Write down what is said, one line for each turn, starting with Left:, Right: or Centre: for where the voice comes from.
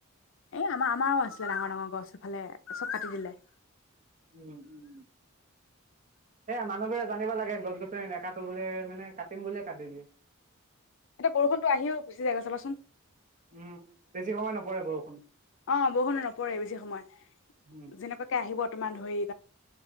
Left: এই আমাৰ আমাৰো আছিলে ডাঙৰ ডাঙৰ গছ এইফালে চব কাটি দিলে।
Right: উম উম সেয়া মানুহবোৰে জানিব লাগে গছ গছনি নাকাটো বুলি মানে কাটিম বুলিয়ে কাটি দিয়ে।
Left: এতিয়া বৰষুণতো আহিও গুচি যায়গৈ চাবাচোন।
Right: উম বেছি সময় নপৰে বৰষুণ।
Left: অ বৰষুণ নপৰে বেছি সময়
Right: উম
Left: যেনেকোৱাকে আহিব। ইমান ধৰি